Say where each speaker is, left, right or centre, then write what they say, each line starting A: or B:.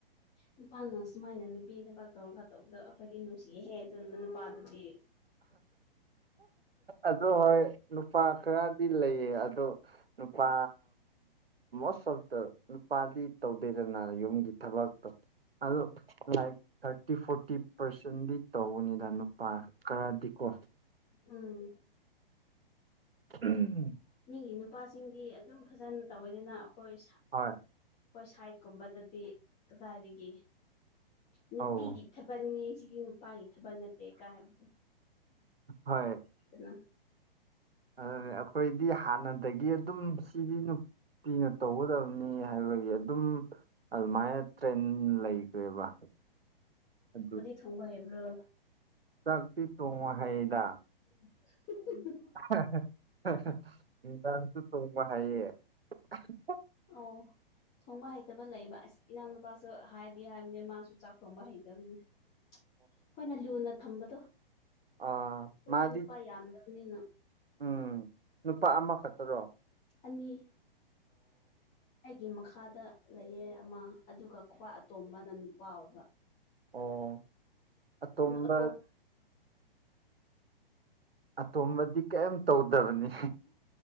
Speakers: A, on the left (about 25°); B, on the right (about 80°).
A: ꯅꯨꯄꯥꯅ ꯁꯨꯃꯥꯏꯅ ꯅꯨꯄꯤ ꯊꯕꯛ ꯇꯧꯔꯒ ꯇꯧꯕꯗꯣ ꯑꯩꯈꯣꯏꯗꯤ ꯅꯨꯡꯁꯤꯍꯦ ꯑꯗꯨꯅ ꯅꯨꯄꯥꯗꯨꯗꯤ
B: ꯑꯗꯣ ꯍꯣꯏ ꯅꯨꯄꯥ ꯈꯔꯗꯤ ꯂꯩꯌꯦ ꯑꯗꯣ ꯅꯨꯄꯥ ꯃꯣꯁ ꯑꯣꯐ ꯗ ꯅꯨꯄꯥꯗꯤ ꯇꯧꯗꯦꯗꯅ ꯌꯨꯝꯒꯤ ꯊꯕꯥꯛꯇꯣ ꯑꯗꯣ ꯂꯥꯏꯛ ꯊꯥꯔꯇꯤ ꯐꯣꯔꯇꯤ ꯄꯥꯔꯁꯦꯟꯗꯤ ꯇꯧꯕꯅꯤꯗ ꯅꯨꯄꯥ ꯀꯔꯗꯤꯀꯣ
A: ꯎꯝ
B: ꯎꯝ
A: ꯃꯤꯒꯤ ꯅꯨꯄꯥꯁꯤꯡꯗꯤ ꯑꯗꯨꯝ ꯐꯖꯅ ꯇꯧꯋꯦꯗꯅ ꯑꯩꯈꯣꯏ
B: ꯍꯣꯏ
A: ꯍꯣꯏ ꯁꯥꯏꯠꯀꯨꯝꯕꯗꯗꯤ ꯀꯗꯥꯏꯗꯒꯤ ꯅꯨꯄꯤꯒꯤ
B: ꯑꯧ
A: ꯊꯥꯕꯛꯅꯤ ꯁꯤꯗꯤ ꯅꯨꯄꯥꯒꯤ ꯊꯥꯕꯛ ꯅꯠꯇꯦ ꯀꯥꯏ ꯍꯥꯏꯕꯗꯣ
B: ꯍꯣꯏ
A: ꯑꯗꯨꯗꯅ
B: ꯑꯗꯨꯅꯦ ꯑꯩꯈꯣꯏꯗꯤ ꯍꯥꯟꯅꯗꯒꯤ ꯑꯗꯨꯝ ꯁꯤꯒꯤ ꯄꯤꯅ ꯇꯧꯒꯗꯕꯅꯤ ꯍꯥꯏꯕꯒꯤ ꯑꯗꯨꯝ ꯑꯗꯨꯃꯥꯏꯅ ꯇ꯭ꯔꯦꯟ ꯂꯩꯈ꯭ꯔꯦꯕ ꯑꯗꯨ
A: ꯁꯣꯡꯕ ꯍꯩꯕ꯭ꯔꯣ
B: ꯆꯥꯛꯇꯤ ꯇꯣꯡꯉ ꯍꯥꯏꯗ
A: <inaudible>
B: ꯍꯥ ꯍ ꯍ ꯗꯥꯥꯡꯁꯨ ꯁꯣꯡꯕ ꯍꯥꯏꯌꯦ <unintelligible>
A: ꯑꯣ ꯊꯣꯡꯕ ꯍꯩꯇꯕ ꯂꯩꯕ ꯑꯁ ꯏꯅꯥꯎ ꯅꯨꯄꯥꯁꯨ ꯍꯥꯏꯗꯤ ꯍꯥꯏꯕꯅꯦ ꯃꯥꯁꯨ ꯆꯥꯛ ꯊꯣꯡꯕ ꯍꯩꯇꯕꯅꯦ ꯑꯩꯈꯣꯏꯅ ꯂꯨꯅ ꯊꯝꯕꯗꯣ
B: ꯑꯥ
A: ꯑꯩꯈꯣꯏꯗꯤ
B: ꯃꯥꯗꯤ
A: ꯅꯨꯄꯥ ꯌꯥꯝꯗꯕꯅꯤꯅ
B: ꯎꯝ ꯅꯨꯄꯥ ꯑꯃꯈꯛ ꯇꯔꯣ
A: ꯑꯅꯤ ꯑꯩꯒꯤ ꯃꯈꯥꯗ ꯂꯩꯌꯦ ꯑꯃ ꯑꯗꯨꯒ ꯈ꯭ꯋꯥ ꯑꯇꯣꯝꯕꯅ ꯅꯨꯄꯥ ꯑꯣꯏꯕ
B: ꯑꯣ ꯑꯇꯣꯝꯕ
A: ꯑꯇꯣꯝ
B: ꯑꯇꯣꯝꯕꯗꯤ ꯀꯩꯝ ꯇꯧꯗꯕꯅꯤ